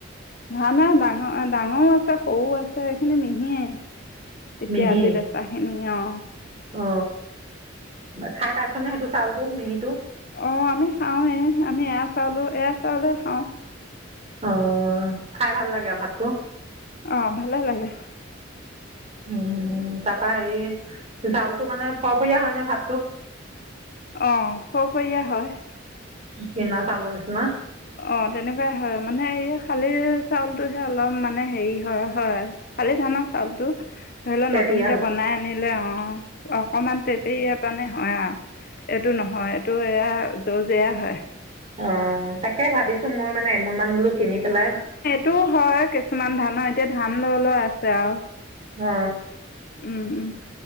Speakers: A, on the left; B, on the right.
A: ধানে ডাঙৰ ডাঙৰো আছে সৰু আছে এইখিনি মিহিয়ে এতিয়া
B: মিহি
A: আজি বেচা খিনি অ
B: অ খাই পাইছনে সেইটো চাউলটো মিহিটো
A: অ আমি খাওৱেই আমি এয়া চাউলো এয়া চাউলে খাওঁ।
B: অ খাই ভাল লাগে আৰু ভাতটো
A: অ ভালে লাগে
B: উম তাৰ পৰা হেৰি চাউলটো মানে ফৰফৰীয়া হয় নে ভাতটো
A: অ ফৰফৰীয়া হয়
B: কিনা চাউলৰ নিচিনা
A: অ তেনেকুৱাই হয় মানে এই শালি চাউলটোহে অলপ মানে হেৰি হয় হয় খালি ধানৰ চাউল টো ধৰি লও
B: তেৰপেৰীয়া
A: নতুনকে
B: হয়
A: বনাই আনিলে অ অকমান পেৰপেৰিয়া কাৰনে হয় আ এইটো নহয় এইটো এয়া জৰজৰিয়া হয়
B: অ তাকে ভাবিছো ময় মানে এমোন মান বোলো কিনি পেলাই
A: টোও হয় কিছুমান ধানৰ এতিয়া ধান লৈ লৈ আছে আৰু
B: অ
A: উম উম